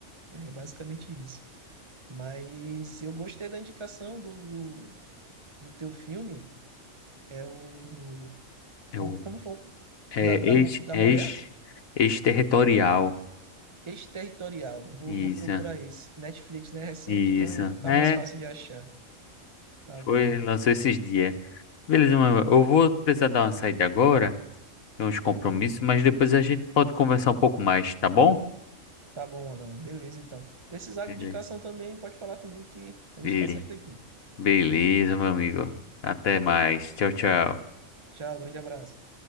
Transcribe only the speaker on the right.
É basicamente isso. Mas eu gostei da indicação do, do, do teu filme. É o. Como,
como foi? o-
Da, da,
mu- da
mulher?
Exterritorial. Vou,
vou procurar esse. Netflix, né? É Recente,
então é, tá
mais fácil de achar. Tá
bom.
Tá bom, Alan. Beleza, então. Precisar
de indicação também, pode falar comigo que a
gente tá sempre aqui.
Tchau, grande abraço.